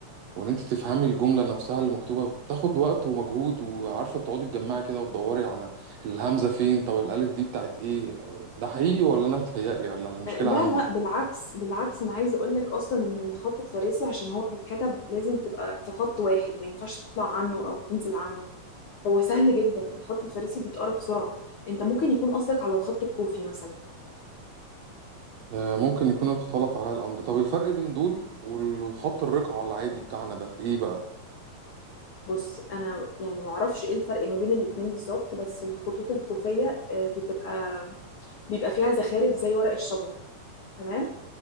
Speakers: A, on the right (about 70°); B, on the left (about 85°).
A: وان انت تفهمي الجملة نفسها اللي مكتوبة بتاخد وقت ومجهود وعارفة بتقعدي تجمعي كده وتدوري على الهمزة فين طب الالف دي بتاعت ايه ده حقيقي ولا انا <laughs> متهيألي ولا المشكلة
B: آه، لا
A: عندي
B: لا بالعكس بالعكس أنا عايزة أقول لك أصلا إن الخط الفارسي عشان هو بيتكتب لازم تبقى في خط واحد ما ينفعش تطلع عنه أو تنزل عنه هو سهل جدا الخط الفارسي بيتقرا بسرعة أنت ممكن يكون قصدك على الخط الكوفي مثلا
A: آه، ممكن يكون اختلط عليا الأمر طب الفرق بين دول وال- وخط الرقعة العادي بتاعنا ده إيه بقى؟
B: بص انا يعني ما اعرفش ايه الفرق ما بين الاتنين بالظبط بس الخطوط الكوفيه آه، بتبقى بيبقى فيها زخارف زي ورق الشجر تمام